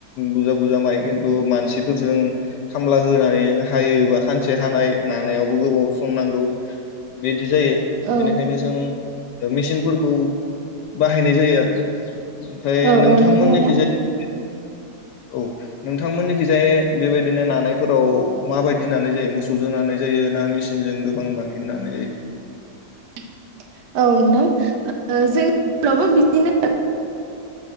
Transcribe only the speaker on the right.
औ
नंगौ
नोंथां
<unintelligible> औ नोंथां ओ जोंनियावबो बिदिनो